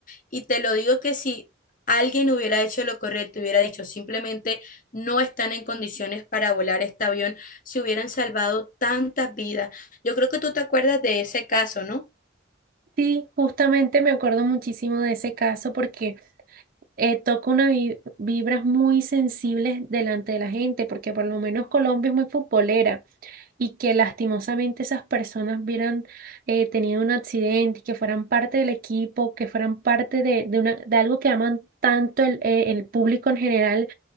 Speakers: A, on the left (about 40°); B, on the right (about 45°).
A: Y te lo digo que si alguien hubiera hecho lo correcto, hubiera dicho simplemente no están en condiciones para volar este avión, se hubieran salvado tantas vidas. Yo creo que tú te acuerdas de ese caso, ¿no?
B: Sí, justamente me acuerdo muchísimo de ese caso porque eh, toca unas vi- vibras muy sensibles delante de la gente, porque por lo menos Colombia es muy futbolera. y que lastimosamente esas personas hubieran eh, tenido un accidente y que fueran parte del equipo, que fueran parte de, de, una, de algo que aman tanto el, eh, el público en general,